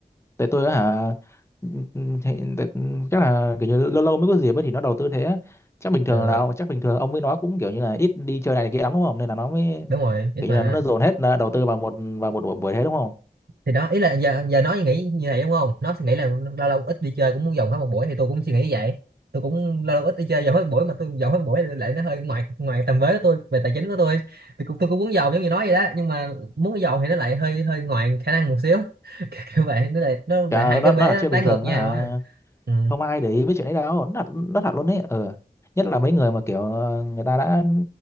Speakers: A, on the left; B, on the right.
A: tại tôi á hả ừ, ừ, thì, tại, ừ, chắc là kiểu như lâu lâu mới có dịp ấy thì nó đầu tư thế á. chắc bình thường
B: ờ,
A: là chắc bình thường ông với nó cũng kiểu như là ít đi chơi này, này kia lắm đúng không nên là nó mới
B: đúng rồi ít
A: kiểu
B: mà
A: như là nó dồn hết là đầu tư vào một vào một buổi buổi thế đúng không
B: thì đó ý là giờ giờ nó nghĩ như vậy đúng không nó suy nghĩ là lâu lâu ít đi chơi cũng muốn dồn hết một buổi thì tôi cũng suy nghĩ như vậy tôi cũng lâu lâu ít đi chơi dồn hết một buổi mà tôi dồn hết một buổi lại nó hơi ngoài ngoài tầm với của tôi về tài chính của tôi thì cũng tôi cũng muốn dồn giống như nói vậy đó nhưng mà muốn dồn thì nó lại hơi hơi ngoài khả năng một xíu <laughs> kiểu kiểu vậy nó lại nó
A: chả
B: lại hai cái
A: nó
B: vế
A: nó là
B: nó
A: chuyện
B: trái
A: bình
B: ngược
A: thường
B: nhau
A: á hả
B: á ừ.
A: không ai để ý với chuyện đấy đâu nó thật nó thật luôn ấy ờ nhất là mấy người mà kiểu ờ, người ta đã